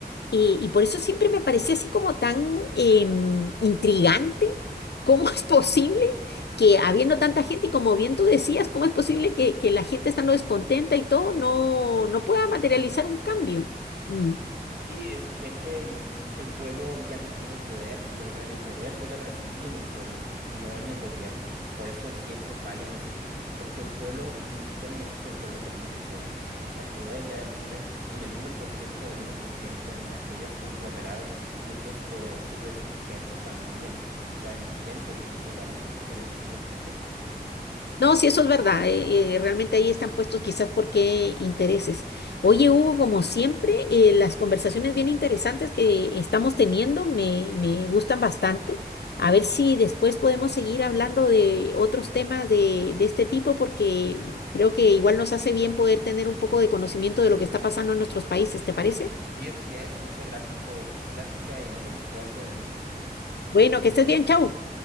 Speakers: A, on the left; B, on the right.
A: y, y por eso siempre me parecía así como tan em, intrigante, <laughs> cómo es posible que habiendo tanta gente y como bien tú decías, cómo es posible que, que la gente estando descontenta y todo no, no pueda materializar un cambio. Mm.
B: Sí, es, es que el pueblo ya no tiene el poder y el, re- el poder debe residir en el pueblo, no en el gobierno. Por eso siempre fallan esos, porque el pueblo, y ni siquiera en México el pueblo tenemos el poder. O sea, el pueblo ya reside en el uno por ciento del uno por ciento en aquellos conglomerados, grupos poderosos de gente, familia. O sea, ni siquiera en políticos, ya los políticos ya son puros títeres.
A: No, sí, eso es verdad. eh, eh, realmente ahí están puestos quizás por qué intereses. Oye, Hugo, como siempre, eh, las conversaciones bien interesantes que estamos teniendo me, me gustan bastante. A ver si después podemos seguir hablando de otros temas de, de este tipo, porque creo que igual nos hace bien poder tener un poco de conocimiento de lo que está pasando en nuestros países, ¿te parece?
B: Sí, así es. Muchas gracias por la plática y nos vemos pronto, mis
A: Bueno, que estés bien, chau.